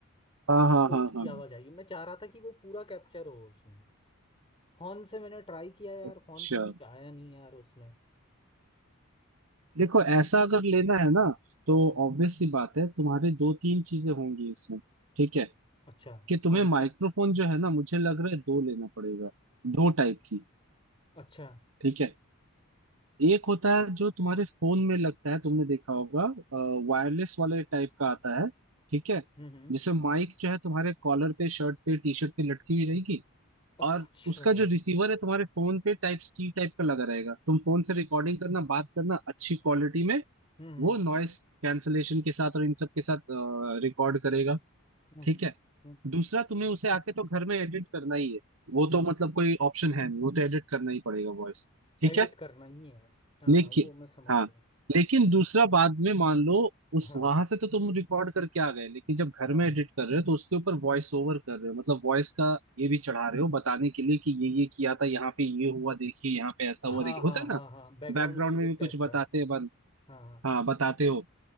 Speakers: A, on the right; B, on the left.
A: हाँ हाँ
B: तो
A: हाँ
B: उसकी
A: हाँ
B: आवाज़ आएगी मैं चाह रहा था कि वो पूरा कैप्चर हो उसमें फोन से मैंने ट्राई किया यार
A: अच्छा
B: फोन से कुछ आया नहीं यार उसमें
A: देखो ऐसा अगर लेना है ना तो
B: हम्म
A: ऑब्वियस सी बात है तुम्हारे दो तीन चीजें होंगी इसमें ठीक है
B: अच्छा
A: कि तुम्हें
B: कौन
A: माइक्रोफोन
B: सी
A: जो है ना मुझे लग रहा है दो लेना पड़ेगा दो टाइप की
B: अच्छा
A: ठीक है एक होता है जो तुम्हारे फोन में लगता है तुमने देखा होगा वायरलेस वाले टाइप का आता है ठीक है
B: हम्म हम्म
A: जिसमें माइक जो है तुम्हारे कॉलर पे शर्ट पे टी शर्ट पे लटकी हुई रहेगी
B: अच्छा
A: और उसका जो रिसीवर है तुम्हारे फोन पे टाइप सी टाइप का लगा रहेगा तुम फोन से रिकॉर्डिंग करना बात करना अच्छी क्वालिटी में
B: हम्म
A: वो नॉइस कैंसलेशन के साथ और इन सब के साथ रिकॉर्ड करेगा
B: हम्म
A: ठीक
B: हम्म
A: है
B: हम्म
A: दूसरा तुम्हें उसे आके तो घर में एडिट करना ही है वो तो मतलब कोई ऑप्शन है नहीं वो तो एडिट करना ही पड़ेगा वॉइस ठीक
B: एडिट
A: है
B: करना ही है हाँ
A: लेकिन
B: हाँ वो मैं समझ
A: हाँ
B: गया है।
A: लेकिन दूसरा बाद में मान लो उस
B: हाँ
A: वहां से तो तुम रिकॉर्ड करके आ गए लेकिन जब घर
B: हाँ
A: में एडिट
B: हाँ
A: कर रहे हो तो उसके ऊपर वॉइस ओवर कर रहे हो मतलब वॉइस का ये भी चढ़ा रहे हो बताने के लिए कि ये ये किया था यहाँ पे ये हुआ देखिए यहाँ पे ऐसा
B: हाँ
A: हुआ देखिए
B: हाँ
A: होता है
B: हाँ
A: ना
B: हाँ बैकग्राउंड
A: बैकग्राउंड
B: म्यूजिक
A: में भी कुछ
B: टाइप
A: बताते
B: का
A: हैं बन
B: हाँ हाँ
A: हाँ बताते हो